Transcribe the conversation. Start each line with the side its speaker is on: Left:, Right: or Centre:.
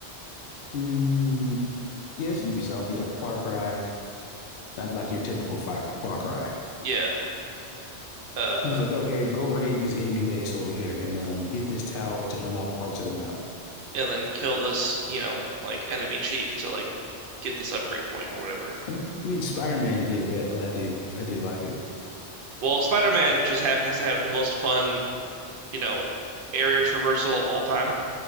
Left: mm, yeah, it's Ubisoft, yeah. Far Cry. Like like your typical Far, Far Cry.
Right: yeah. Uh,
Left: He's like, okay, go raid this enemy base over here and um get this tower to unlock parts of the map.
Right: and then kill this, you know, like enemy chief to like get this upgrade point or whatever.
Left: I, I mean Spider-Man did that, but I did I did like it.
Right: Well, Spider-Man just happens to have the most fun, you know, area traversal of all time.